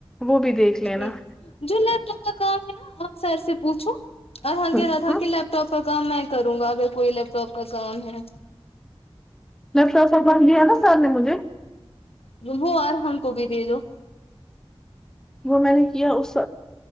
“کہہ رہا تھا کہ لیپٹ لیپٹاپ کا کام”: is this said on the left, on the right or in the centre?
Left